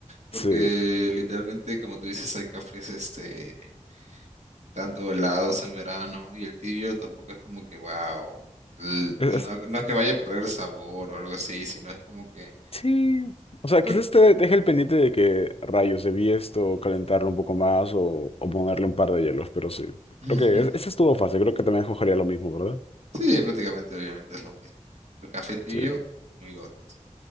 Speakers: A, on the right (about 60°); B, on the left (about 50°).
A: porque
B: sí.
A: literalmente, como tú dices, hay cafés, este, tanto helados en verano y el tibio tampoco es como que, wow, no,
B: Es- es-
A: no es que vaya a perder el sabor o algo así, sino es como que...
B: sí. O sea,
A: prá-
B: quizás te deje el pendiente de que rayos debí esto, calentarlo un poco más o, o ponerle un par de hielos, pero sí.
A: <laughs>
B: Creo que es- ese estuvo fácil, creo que también cogería lo mismo, ¿verdad?
A: Sí, prácticamente, obviamente es lo mismo. El café tibio,
B: Sí,
A: muy got.